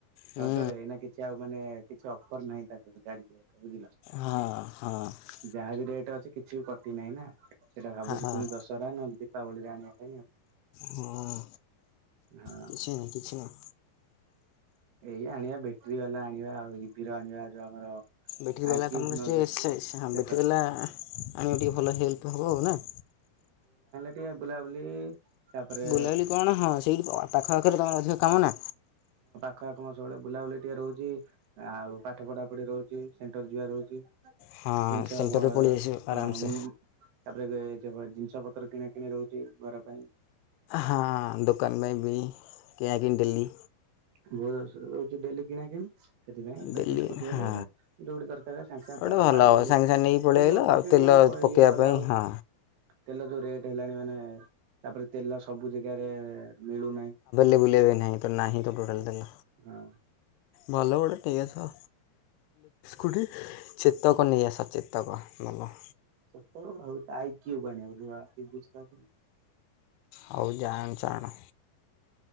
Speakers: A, on the left; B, on the right.
A: ହୁଁ
B: ରଜରେ ଏଇ ନା କିଛି ଆଉ ମାନେ। କିଛି ଅଫର ନାହିଁ ତା ସହିତ ଗାଡି। ବୁଝିଲ
A: ହଁ ହଁ
B: ଯାହାବ ରେଟ ଅଛି କିଛି ବି କଟି ନାହିଁ ନା ସେଟା ଭାବୁଛି
A: ହଁ।
B: ପୁଣି ଦଶହରା ନହ। ଦୀପାବଳିୀ ଆଣିବା ପାଇଁ ଆଉ।
A: ହଁ
B: ହଁ
A: କିଛି ନା କିଛି ନା।
B: ଏଇ ଆଣିବା ବେଶ। ବାଲା ଆଣିବା ଆଉ ରିବିର ଆଣିବା ଯଉ ଆମର।
A: ବ୍ୟାଟୀ
B: ଆଇ
A: ବାଲା
B: କ୍ୟୁବ୍
A: କାମରଛି
B: ନହେଲେ
A: ସେ ହ
B: ଚେତକ
A: ବ୍ୟାଟୀ ବାଲା। ଆମେ ଟିକେ ଭଲ ହେଲ୍ପ ହବ ହଉ ନା।
B: ଏ ବୁଲାବୁଲି। ତାପରେ
A: ବୁଲାବୁଲି କଣ ହଁ ସେଇଠି ପାଖପାଖରେ ତମର ଅଧିକ କାମ ନା।
B: କଖା କମା ସବୁବେଳେ ବୁଲାବୁଲି ଟିକେ ରହୁଛି ଆଉ ପାଠ ପଢା ପଢି ରହୁଛି ସେଣ୍ଟର ଯିବା ରହୁଛି।
A: ହଁ
B: ଜିନଷ
A: ସେଣ୍ଟର୍ରେ
B: ଅ
A: ପଳାଇ ଆସିବ
B: ଉ। <unintelligible>
A: ଆରାମସେ
B: ସେହିଭଳିଆ ଜିନିଷ ପତ୍ର କିଣା କିିଣି ରହୁଛି ଘର ପାଇଁ।
A: ହଁ ଦୋକାନ ପାଇଁ ବି। କିଣା କିଣି ଡେଲି।
B: ବହୁ ଯୋରସରେ ହଉଛି ଡେଲି କିଣା କିଣି ସେଥିପାଇଁ ବେଟିରି
A: ଡେଲି
B: ସ୍କୁଟିହେଲେ
A: ହଁ
B: ଗୋଟେ ଯୋଉଠି ଦରକାର ସାଙ୍ଗେ ସାଙ୍ଗେ
A: ଗୋଟେ
B: ପଡଳଇଲ
A: ଭଲ
B: ଆଉ
A: ହେବ ସାଙ୍ଗେ ସାଙ୍ଗେ ନେଇକି ପଳାଇ
B: ତେଲ
A: ଆଇଲ
B: ପକେଇ
A: ଆଉ ତେଲ
B: ମାନେ
A: ପକାଇବା
B: ଇଏ କଲା
A: ପାଇଁ
B: ବେଳକୁ
A: ହଁ
B: ତେଲ ଯୋଉ ରେଟ୍ ହେଲାଣି ମାନେ ତାପରେ ତେଲ ସବୁ ଜାଗାରେ ମିଳୁ ନାହିଁ।
A: ବୁଲେଇ ବେ ନାହିଁ ତ ନାହିଁ ତ ଟୋଟାଲ ତେଲ।
B: ହଁ।
A: ମଭ ଗୋଟେ ଟି ଅଛ। ଖୁଡ଼ି ଚେତ କ ନେଇ ଆସ ଚେତ କ ଭଲ।
B: ଚପଲ ନହେଲେ ତ ଆଇକିଉ ଆଣିବାକୁ
A: ହଉ ଯାହା ଆଣୁଚ ଆଣ।